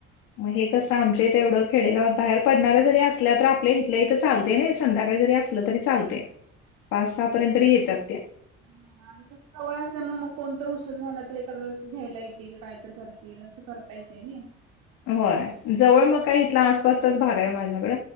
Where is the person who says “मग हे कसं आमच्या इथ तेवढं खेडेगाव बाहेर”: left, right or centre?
Left